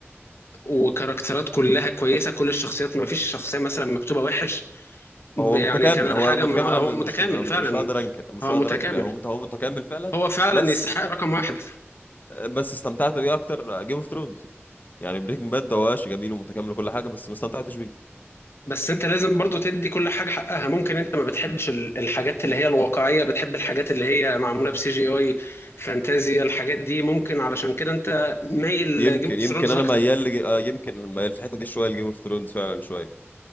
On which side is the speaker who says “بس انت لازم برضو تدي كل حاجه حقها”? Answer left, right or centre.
Left